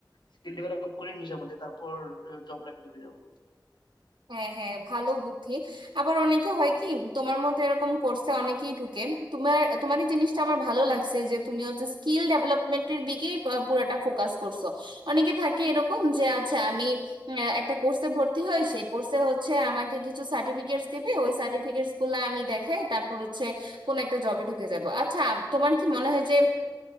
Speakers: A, on the left; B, on the right.
A: স্কিল ডেভেলপ করি নিজের মধ্যে তারপর জব লাইফে ঢুকে যাবো
B: হ্যাঁ হ্যাঁ ভালো বুদ্ধি আবার অনেকে হয় কি তোমার মতো এরকম কোর্সে অনেকেই ঢুকে তোমার তোমার এই জিনিসটা আমার ভালো লাগছে যে তুমি হচ্ছে স্কিল ডেভেলপমেন্টের দিকেই পা- পুরাটা ফোকাস করছো অনেকে থাকে এরকম যে আচ্ছা আমি আহ, একটা কোর্সে ভর্তি হই সেই কোর্সে হচ্ছে আমাকে কিছু সার্টিফিকেটস দিবে ওই সার্টিফিকেটস গুলো আমি দেখাই তারপর হচ্ছে কোন একটা জবে ঢুকে যাব আচ্ছা তোমার কি মনে হয় যে